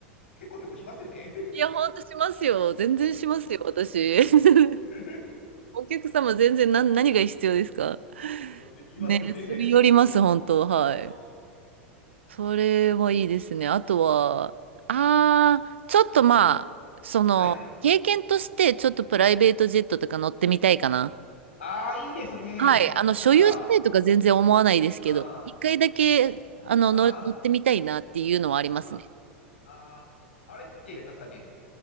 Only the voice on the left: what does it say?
ペコペコしますよね。
うん
<laughs>
うんで言いますよね。
うん、う
ん
はい。
ああ、いいですね。
なんか、あ
あ、
ああ、ああ、あれって、なんですかね。